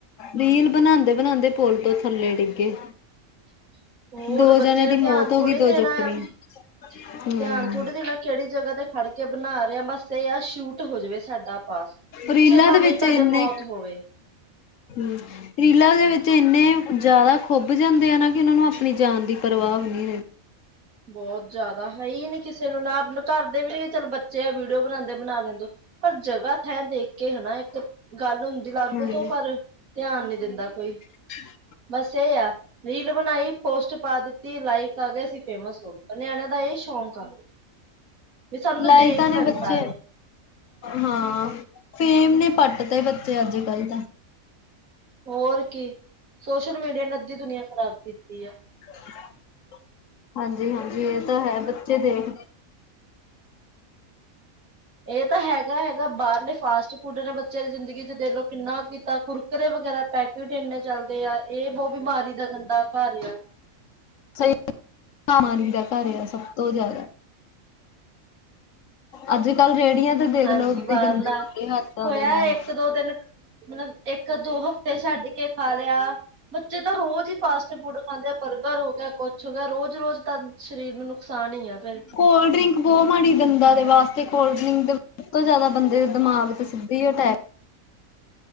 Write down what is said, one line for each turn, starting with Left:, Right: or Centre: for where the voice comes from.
Left: ਰੀਲ ਬਨਾਂਦੇ-ਬਨਾਂਦੇ ਪੁਲ ਤੋਂ ਥੱਲੇ ਡਿੱਗੇ।
Right: <inaudible> ਹੋਰ
Left: ਦੋ
Right: ਬੱਚੇਆਂ
Left: ਜਣਿਆਂ
Right: ਨੇ
Left: ਦੀ ਮੌਤ
Right: ਧਿਆਨ
Left: ਹੋ
Right: ਥੋੜੀ
Left: ਗਈ ਦੋ
Right: ਦੇਣਾ
Left: ਜ਼ਖਮੀ
Right: ਆ ਵੀ,
Left: ਹਮ
Right: ਧਿਆਨ ਥੋੜੀ ਦੇਣਾ ਕੇੜੀ ਜਗਾ ਤੇ ਖੜ ਕੇ ਬਣਾ ਰੇਆਂ ਬਸ ਏ ਆ ਸ਼ੂਟ ਟ ਹੋ ਜਵੇ ਸਾਡਾ ਬਸ, ਪਿੱਛੇ
Left: ਰੀਲਾਂ
Right: ਭਾਵੇਂ
Left: ਦੇ ਵਿੱਚ
Right: ਤੁਆਡੇ
Left: ਇੰਨੇ
Right: ਮੌਤ ਹੋਵੇ।
Left: ਹੂੰ। ਰੀਲਾ ਦੇ ਵਿੱਚ ਇੰਨੇ ਜ਼ਾਦਾ ਖੁੱਬ ਜਾਂਦੇ ਆ ਨਾ ਕਿ ਓਨਾਂ ਨੂੰ ਆਪਣੀ ਜਾਨ ਦੀ ਪਰਵਾਹ ਵ ਨੀ ਰੈਂਦੀ।
Right: ਬੋਤ ਜਾਦਾ ਹੈ ਈ ਨੀ ਕਿਸੇ ਨੂੰ ਨਾ ਆਪਨੇ ਘਰਦੇ ਵੀ ਨੀ ਚਲ ਬੱਚੇ ਆ ਵੀਡੀਓ ਬਨਾਦੇ ਬਣਾ ਲੈਂਨ ਦੋ ਪਰ ਜਗਾ ਥੇ ਦੇਖ ਕੇ ਹਨਾ ਇੱਕ ਗੱਲ ਹੁੰਦੀ ਅਲੱਗ ਤੋਂ
Left: ਹਾਂਜੀ।
Right: ਪਰ ਧਿਆਨ ਨੀ ਦਿੰਦਾ ਕੋਈ।
Left: <inaudible>
Right: ਬਸ ਏ ਆ ਰੀਲ ਬਣਾਈ ਪੋਸਟ ਪਾ ਦਿੱਤੀ ਲਾਈਕ ਆ ਗਏ ਸੀ। ਸੁਣ ਪਰ ਨਿਆਣਿਆਂ ਦਾ ਏ ਸ਼ੌਕ ਆ। ਵੀ ਸਾਨੂੰ
Left: ਲਾਇਕਾ
Right: ਦੇਖ
Left: ਨੇ
Right: ਲੈਣ
Left: ਬੱਚੇ
Right: ਸਾਰੇ
Left: ਹਾਂ ਫੇਮ ਨੇ ਪੱਟ ਤੇ ਬੱਚੇ ਅੱਜ-ਕੱਲ ਤਾਂ।
Right: ਹੋਰ ਕੀ ਸੋਸ਼ਲ ਮੀਡੀਆ ਨੇ ਅੱਦੀ ਦੁਨੀਆਂ ਖਰਾਬ ਕੀਤੀ ਆ।
Left: <inaudible> ਹਾਂਜੀ-ਹਾਂਜੀ ਏ ਤਾਂ ਹੈ ਬੱਚੇ ਦੇਖਦੇ
Right: ਏ ਤਾਂ ਹੈਗਾ-ਹੈਗਾ ਬਾਰਲੇ ਫਾਸਟ ਫੂਡ ਨੇ ਬੱਚੇਆਂ ਦੀ ਜ਼ਿੰਦਗੀ ਚ ਦੇਖਲੋ ਕਿੰਨਾ ਕੀਤਾ ਕੁ ਕੁਰਕਰੇ ਵਗੈਰਾ ਪੈਕੇਟ ਇੰਨੇ ਚੱਲਦੇ ਆ ਏ ਬੋਹ ਬਿਮਾਰੀ ਦਾ ਗੰਦਾ ਘਰ ਏਆ।
Left: ਸਈ ਬਮਾਰੀ ਦਾ ਘਰ ਆ ਸਬ ਤੋਂ ਜਾਅਦਾ। ਅੱਜ-ਕੱਲ ਰੇਡੀਆਂ ਤੇ ਦੇਖਲੋ
Right: ਹਾਂਜੀ
Left: ਓਦਾ
Right: ਬਾਹਰਲਾ
Left: ਈ ਗੰਦੇ-ਮੰਦੇ ਹੱਥਾਂ
Right: ਹੋਇਆ
Left: ਦੇ ਨਾਲ।
Right: ਇੱਕ ਦੋ ਦਿਨ ਮਤਲਬ ਇੱਕ ਦੋ ਹਫ਼ਤੇ ਛੱਡ ਕੇ ਖਾ ਲਿਆ, ਬੱਚੇ ਤਾਂ ਰੋਜ਼ ਈ ਫਾਸਟ ਫੂਡ ਖਾਂਦੇ ਆ ਬਰਗਰ ਹੋ ਗਿਆ ਕੁਛ ਹੋਗਿਆ ਰੋਜ਼-ਰੋਜ਼ ਤਾਂ ਸ਼ਰੀਰ ਨੂੰ ਨੁਕਸਾਨ ਈ ਆ। ਫਿਰ
Left: ਕੋਲਡ ਡਰਿੰਕ ਬੋਹ ਮਾੜੀ ਦੰਦਾ ਦੇ ਵਾਸਤੇ ਕੋਲਡ ਡਰਿੰਕ ਸਬ ਤੋਂ ਜ਼ਾਅਦਾ ਬੰਦੇ ਦੇ ਦਿਮਾਗ ਤੇ ਸਿੱਧੇ ਈ ਅਟੈਕ